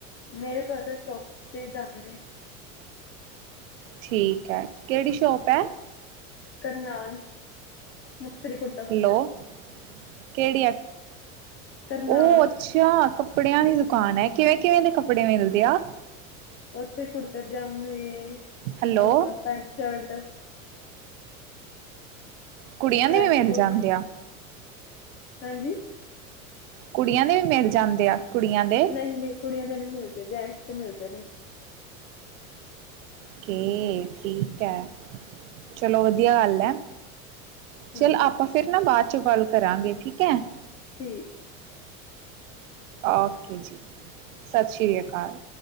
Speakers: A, on the left (about 30°); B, on the right (about 65°).
A: ਮੇਰੇ ਬ੍ਰਦਰ ਸ਼ੋਪ ਤੇ ਜਾਂਦੇ ਨੇ।
B: ਠੀਕ ਹੈ। ਕਿਹੜੀ ਸ਼ੋਪ ਹੈ?
A: ਕਰਨਾਲ, ਮੁਕਸਰੀ ਕੁ
B: ਹੈਲੋ, ਕਿਹੜੀ ਆ,
A: ਕਰਨਾਲ
B: ਉਹ ਅੱਛਾ ਕੱਪੜਿਆਂ ਦੀ ਦੁਕਾਨ ਹੈ। ਕਿਵੇਂ ਕਿਵੇਂ ਦੇ ਕੱਪੜੇ ਮਿਲਦੇ ਆ?
A: ਉੱਥੇ ਕੁੜਤੇ ਪਜਾਮੇ,
B: ਹੈਲੋ
A: ਅ ਪੈਂਟ ਸ਼ਲਟ।
B: ਕੁੜੀਆਂ
A: ਪੈਂਟ
B: ਦੇ ਵੀ ਮਿਲ
A: ਕੋਟ
B: ਜਾਂਦੇ ਆ?
A: ਹਾਂਜੀ?
B: ਕੁੜੀਆਂ ਦੇ ਵੀ ਮਿਲ ਜਾਂਦੇ? ਆ ਕੁੜੀਆਂ ਦੇ?
A: ਨਹੀਂ-ਨਹੀਂ, ਕੁੜੀਆਂ ਦੇ ਨੀ ਮਿਲਦੇ। ਜੈਂਟਸ ਚ ਮਿਲਦੇ ਨੇ।
B: ਕੇ, ਠੀਕ ਹੈ, ਚਲੋ ਵਧੀਆ ਗੱਲ ਹੈ। ਚੱਲ
A: ਹਾਂਜੀ
B: ਆਪਾਂ ਫਿਰ ਨਾ ਬਾਅਦ ਚੋਂ ਗੱਲ ਕਰਾਂਗੇ ਠੀਕ ਹੈ।
A: ਠੀਕ।
B: ਓਕੇ ਜੀ। ਸਤਿ ਸ੍ਰੀ ਅਕਾਲ।